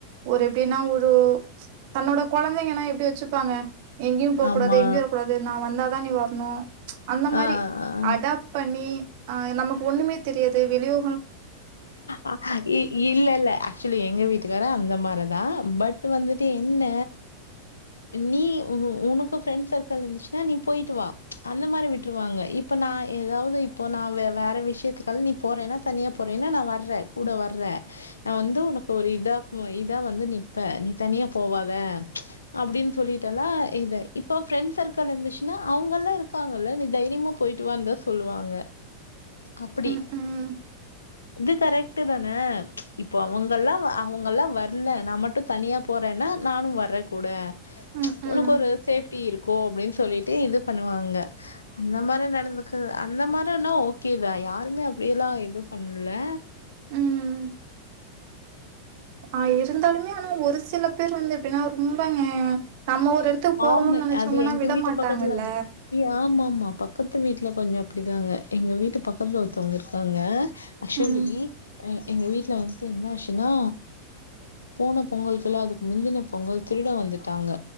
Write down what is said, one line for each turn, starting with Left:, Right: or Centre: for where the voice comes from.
Right: ஒரு எப்டின்னா ஒரு தன்னோட குழந்தைங்கன்னா எப்டி வெச்சுப்பாங்க எங்கேயூ போவ்க்
Left: ஆமா
Right: கூடாது எங்கேயூ வரக்கூடாது நா வந்தா தா நீ வரணூ அந்த மாதிரி
Left: ஆ ஆ
Right: அடாப் ட் பண்ணி ஆ நமக்கு ஒண்ணுமே தெரியாது வெளியோ
Left: ஆ இ இல்லில்ல ஆக்சுவ்லி எங்க வீட்டுக்காரோ அந்த மாரி தா பட்டு வந்துட்டு என்ன நீ உ உனக்கு ஃப்ரெண்ட்ஸ் சர்க்கள் இருந்ச்சுன்னா நீ போயிட்டு வா அந்த மாரி விட்ருவாங்க இப் இப்ப நா எதாவ்து இப்போ நா வேற விஷயத்துக்கள் நீ போறன்னா தனியா போறேன்னா நா வர்றே கூட வர்றே நா வந்து உனக்கு ஒரு இதா இதா வந்து நிப்ப நீ தனியா போவாத அப்டின் சொல்லிட்டல்லா இத இப்ப ப்ரெண்ட் சர்க்கிள் இருந்துச்சுன்னா அவங்கல்லா இருக்காங்கல்ல நீ தைரியமா போயிட்டு வான்தா சொல்லுவாங்க அப்பிடி
Right: ம் ம்
Left: இது கரெக்ட்டு தானே இப்ப அவங்கல்லா அவங்கல்லா வர்ல நா மட்டும் தனியா போறேன்னா நானும் வர்ற கூட
Right: ம் ம்
Left: உனக்கு ஒரு சேஃப்டி இருக்கும் அப்டின் சொல்லிட் டு இது பண்ணுவாங்க அந்த மாரி நடந்துக்கு அந்த மாரினா ஓகேதா யாருமே அப்டியெல்லா எது பண்ல
Right: ம் ம் ஆ இருந்தாலுமே ஆனா ஒரு சில பேர் வந்து எப்டின்னா ரொம்பமே நம்ம ஒரு எடத்துக்கு போகணு
Left: ஆமா
Right: நெனச்சோம்னா
Left: அது எங்க
Right: விட
Left: வீட்டு
Right: மாட்டாங்கள்ல
Left: பக்கத்துல ஆமா ஆமா பக்கத்து வீட்ல கொஞ்சம் அப்படிதாங்க எங்க வீட்டு பக்கத்துல ஒருத்தவங்க இருக்காங்க ஆக்சுவ்லி
Right: ம்
Left: எங்க வீட்ல வந்து என்ன ஆச்சுன்னா போன பொங்கலுக்குல்ல அதுக்கு முந்துன பொங்கல் திருட வந்துட்டாங்க